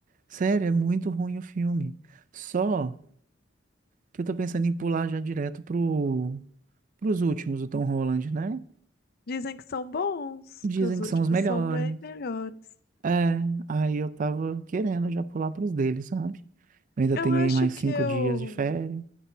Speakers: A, on the right; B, on the left.
A: sério, é muito ruim o filme. Só que eu tô pensando em pular já direto pro, pros últimos, o Tom Holland, né?
B: Dizem que são bons,
A: Dizem
B: que os últimos
A: que são os melhores.
B: são bem melhores.
A: É, aí eu tava querendo já pular pros deles, sabe? Eu ainda
B: Eu
A: tenho
B: acho
A: aí mais
B: que
A: cinco
B: eu
A: dias de férias.